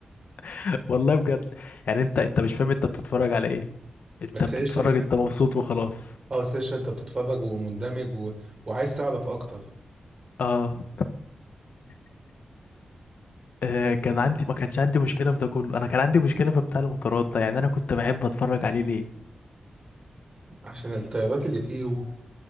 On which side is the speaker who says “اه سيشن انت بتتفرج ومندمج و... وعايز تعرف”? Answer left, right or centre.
Right